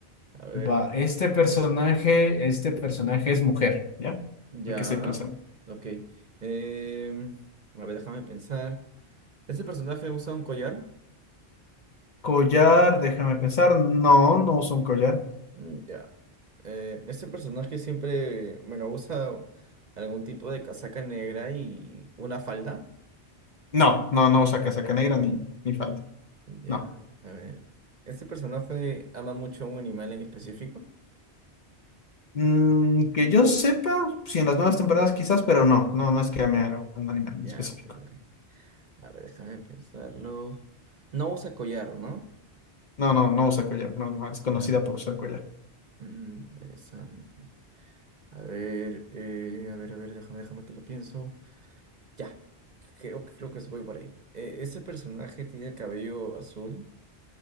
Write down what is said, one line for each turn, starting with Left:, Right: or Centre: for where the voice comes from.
Right: A ver,
Left: Va, este personaje, este personaje es mujer, ¿ya?
Right: ya.
Left: El que estoy pensando.
Right: Ok. Em, a ver, déjame pensar. ¿Ese personaje usa un collar?
Left: Collar, déjame pensar. No, no usa un collar.
Right: Mm, Ya. Eh, este personaje siempre, bueno, usa algún tipo de casaca negra y una falda.
Left: No, no, no usa casaca negra ni, ni falda.
Right: Ya,
Left: No.
Right: a ver. ¿Este personaje ama mucho a un animal en específico?
Left: Mm, que yo sepa, si en las nuevas temporadas quizás, pero no, no, no es que ame a un animal en
Right: Ya,
Left: específico.
Right: ok, ok. A ver, déjame pensarlo. No usa collar, ¿no?
Left: No, no, no usa collar. No, no, es conocida
Right: Ya, a ver.
Left: por usar collar.
Right: Mm, interesante. A ver, eh, a ver, a ver, déjame, déjame que lo pienso. Ya, creo, creo que se voy por ahí. Eh, ¿ese personaje tiene el cabello azul?